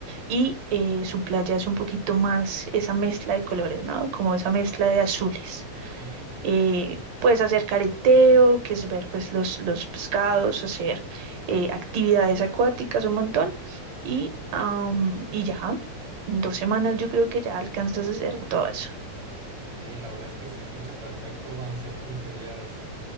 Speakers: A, on the right; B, on the right.
A: y eh, su playa es un poquito más esa mezcla de colores, ¿no? Como esa mezcla de azules.
B: Ok.
A: Eh, puedes hacer careteo, que es ver pues los, los pescados, hacer eh, actividades acuáticas un montón y, am, y ya, en dos semanas yo creo que ya alcanzas a hacer todo eso.
B: Sí, la verdad es que se escucha perfecto. Van a ser 15 días